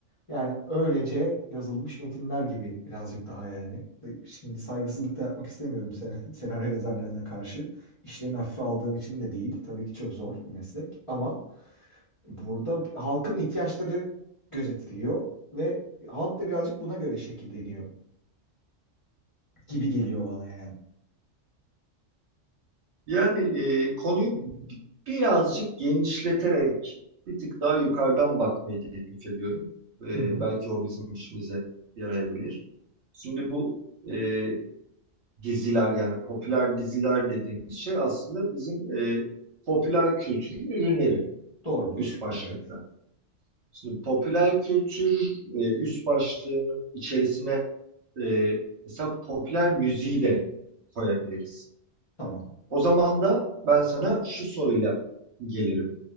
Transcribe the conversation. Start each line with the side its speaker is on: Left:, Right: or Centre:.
Left: yani öylece yazılmış metinler gibi birazcık daha yani. Şimdi saygısızlık da yapmak istemiyorum sen <laughs> senaryo yazarlarına karşı. İşlerini hafife aldığım için de değil. Tabii ki çok zor bir meslek ama burada bir- halkın ihtiyaçları gözetiliyor ve halk da birazcık buna göre şekilleniyor gibi geliyor bana yani.
Right: Yani e, konuyu birazcık genişleterek bir tık daha yukarıdan bakmayı teklif ediyorum. E,
Left: <laughs>
Right: belki o bizim işimize yarayabilir. Şimdi bu e, diziler yani popüler diziler dediğimiz şey aslında bizim e, popüler kültürün ürünleri
Left: Doğrudur.
Right: üst başlıkta.
Left: Evet.
Right: Şimdi popüler kültür e, üst başlığının içerisine e, mesela popüler müziği de koyabiliriz.
Left: Tamam.
Right: O zaman da ben sana şu soruyla gelirim.